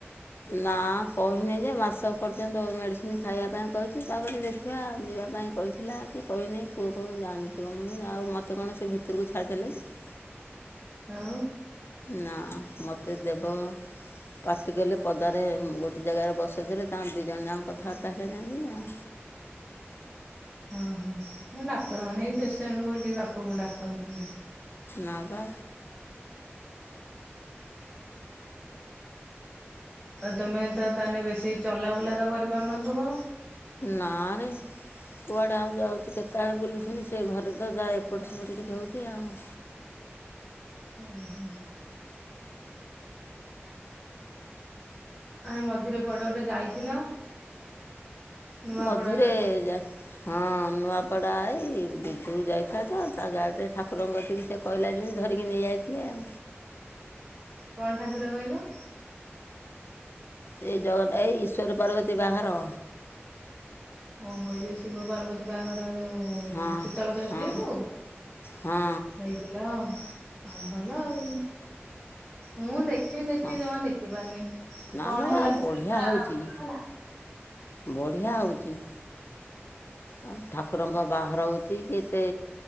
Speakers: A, on the left; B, in the centre.
A: ନା କହିନିଯେ ମାସକ ପର୍ଯ୍ୟନ୍ତ ମେଡ଼ିସିନ୍ ଖାଇବା ପାଇଁ କହିଚି ତାପରେ ଦେଖିଆ ଯିବା ପାଇଁ କହିଚି। ଥିଲାକି କହିନି ପୁଅକୁ ଜାଣିଥିବ ମୁଁ ଆଉ ମୋତେ କଣସେ ଭିତରକୁ ଛାଡ଼ିଦେଲିକି।
B: ଆଉ?
A: ନା ମତେ ଦେବ ପାଟି କଲେ ପଦାରେ ଗୋଟେ ଜାଗାରେ ବସେଇଦେଲେ ତାଙ୍କ ଦି ଜଣ ଯାକ କଥାବାର୍ତ୍ତା ହେଲେ ଯାଇକି ଆଉ।
B: ଓ ହୋ ନା ଡାକ୍ତରମାନେବି ପେସେଣ୍ଡେକୁ ସେଠିକି ପାଖକୁ ଡାକନ୍ତିନି।
A: ନାଁ ପା।
B: ଆଉ ତମେତ ତାହେଲେ ବେଶୀ ଚଲାବୁଲାତ କରିପାରୁନଥିବ?
A: ନାରେ। କୁଆଡ଼େ ଆଉ ଯାଉଚି କେତେଆଳେ ବୁଲୁଚନ୍ତିି ସେଘରେତ ଯାହା ଏପଟ ସେପଟ ଟିକେ ହଉଚି ଆଉ।
B: ଓହୋ। ଆ ମଝିରେ କୁଆଡ଼େ ଗୋଟେ ଯାଇଥିଲ? ନୂଆପଡା
A: ମଝିରେ
B: ନା
A: ଯା ହଁ ନୂଆପଡ଼ା ଏଇ ବିଜୁଳି ଯାଇଥିଲାତ ତାଗାଡ଼ିରେ ଠାକୁରଙ୍କ କତିକି ସେ କହିଲା ଯେମିତି ଧରିକି ନେଇଯାଇଥିଲେ ଆଉ।
B: କଣ ଠାକୁର କହିଲ
A: ଏଇ ଜଗନ୍ନା ଏଇ ଈଶ୍ୱର ପାର୍ବତୀ ବାହାର।
B: ଓହୋ ଏଇ ଯୋଉ ଶିବ ପାର୍ବ ତୀ ବାଆଘର ଯୋଉ
A: ହଁ
B: ଶୀତଳଷଷ୍ଠୀକୁୁ
A: ହଁ ହଁ
B: ହେଇଥିଲା ହଁ ଭଲ ଆଉ। ମୁଁ ଦେଖିମି ଦେଖିମି
A: ହଁ
B: ଜମା ଦେଖି ପାରୁନେଇ।
A: ନାଲୋ
B: କଣ ହେଲା
A: ବା
B: ସେଥିରେ
A: ବଢ଼ିଆ
B: ପୁରା
A: ହେଉଛି
B: ଭଲ ହେଲା?
A: ବଢ଼ିଆ ହୋଉଚି। ଆଉ ଠାକୁରଙ୍କ ବାହାଘର ହୋଉଛି କେତେ